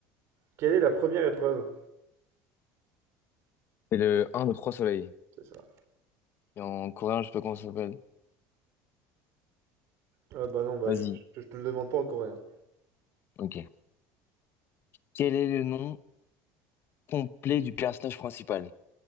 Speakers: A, on the right (about 55°); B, on the left (about 40°).
A: Quelle est la première épreuve?
B: C'est le un de 3 soleils
A: C'est ça.
B: Et en coréen, je sais pas comment ça s'appelle.
A: Euh, bah non, bah
B: Vas-y.
A: je, je- je te le demande pas en coréen.
B: Ok. Quel est le nom complet du personnage principal? <laughs>